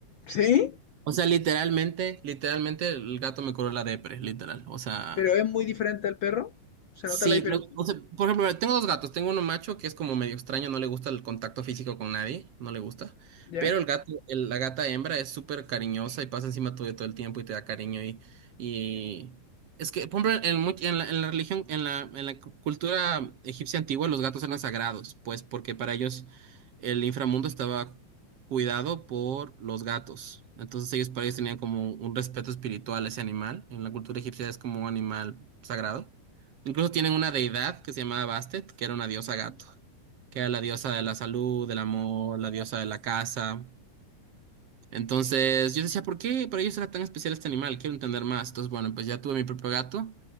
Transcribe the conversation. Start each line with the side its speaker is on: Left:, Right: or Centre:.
Left: sí,
Right: O sea, literalmente, literalmente el gato me curó la depre, literal. O sea,
Left: pero es muy diferente al perro. ¿Se
Right: Sí,
Left: nota la diferencia?
Right: lo- o sea, por ejemplo, mira, tengo dos gatos. Tengo uno macho que es como medio extraño, no le gusta el contacto físico con nadie, no le gusta.
Left: ¿Ya?
Right: Pero el gato, el- la gata hembra es súper cariñosa y pasa encima tuyo todo el tiempo y te da cariño y, y... Es que, por ejemplo, en, much- en la, en la religión, en la, en la cu- cultura egipcia antigua, los gatos eran sagrados, pues porque para ellos el inframundo estaba cuidado por los gatos. Entonces ellos para ellos tenían como un respeto espiritual a ese animal. En la cultura egipcia es como un animal sagrado. Incluso tienen una deidad que se llamaba Bastet, que era una diosa gato, que era la diosa de la salud, del amor, la diosa de la casa. Entonces yo decía, ¿por qué para ellos era tan especial este animal? Quiero entender más. Entonces, bueno, pues ya tuve mi propio gato